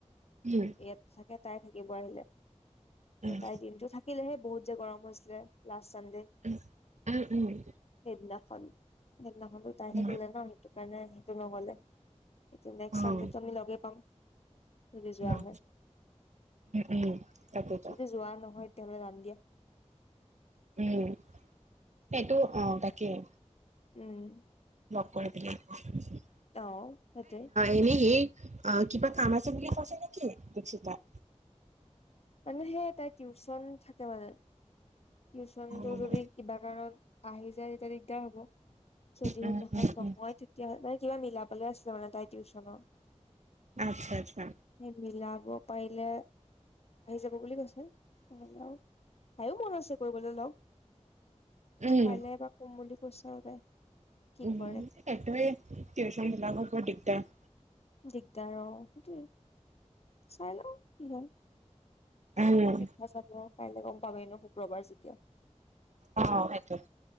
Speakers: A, on the right; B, on the left.
A: উম
B: ইয়াত চাগে তাই থাকিব আহিলে। ত',
A: উম
B: তাই দিনটো থাকিলেহে বহুত যে গৰম হৈছিলে লাষ্ট চানডে',
A: উহ উম উম।
B: সেইদিনাখন, সেইদিনাখন টো তাই
A: উম
B: থাকিলে ন সেইটো কাৰণে সেইটো নহ'লে', নেক্সট
A: অ'
B: চানডেটো আমি লাগে', ফুৰিব যোৱা
A: উম
B: হ'ল,
A: উম তাকেতো
B: এতিয়া যোৱা নহয় তেলৈ যামি দিয়া',
A: উম', সেইটো অ', তাকেই',
B: উম',
A: নকৰি বুলি কৈছে',
B: তই, সেইটোৱে',
A: এনে হেৰি, আ', কিবা কাম আছে বুলি কৈছে নেকি দীপশিখা?
B: মানে, সেই তাইৰ টিউচন থাকে মানে', টিউচনটো
A: উম
B: যদি কিবা কাৰণত আহি যায়, তেতিয়া দিগদাৰ হ'ব', যদিহে
A: উম
B: নহয়,
A: উম উম,
B: নহয় তেতিয়া মানে কিবা মিলাবলে আছিলে মানে তাই টিউচনৰ',
A: আচ্ছা', আচ্ছা',
B: সি মিলাব পাৰিলে, আহি যাব বুলি কৈছে', মানে, তাইও মন আছে কৰিবলৈ লগ,
A: উম
B: কাইলে বা', কম বুলি কৈছে আৰু তাই', কি
A: উম',
B: কৰে
A: এইটোৱে টিউচন বিলাকত বৰ দিগদাৰ',
B: দিগদাৰ, সেইটোৱে, চাই লওঁ কি হয়',
A: উম,
B: দেখা চাব, কাইলৈ গম পাবেই ন শুক্ৰবাৰ যেতিয়া?
A: অ', সেইটো',